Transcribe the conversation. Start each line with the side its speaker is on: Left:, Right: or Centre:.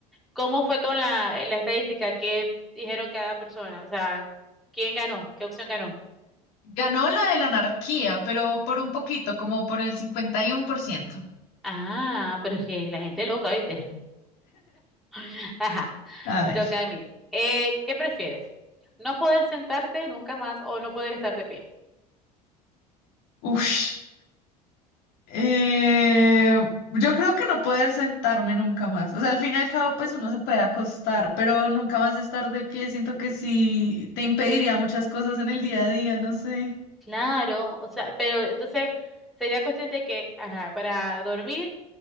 Centre: ¿Cómo fue con la, la estadística? ¿Qué dijeron cada persona? O sea, ¿quién ganó? ¿Qué opción ganó?
Left: Ganó la de la anarquía, pero por un poquito, como por el 51%.
Centre: Ah, pero es que la gente es loca, ¿viste? <laughs> Ajá,
Left: A
Centre: me
Left: ver.
Centre: toca a mí. Eh, ¿qué prefieres? ¿No poder sentarte nunca más o no poder estar de pie?
Left: Ush. Eh, yo creo que no poder sentarme nunca más. O sea, al fin y al cabo, pues uno se puede acostar, pero nunca más estar de pie. Siento que sí te impediría muchas cosas en el día a día, no sé.
Centre: Claro, o sea, pero entonces sería cuestión de que, ajá, para dormir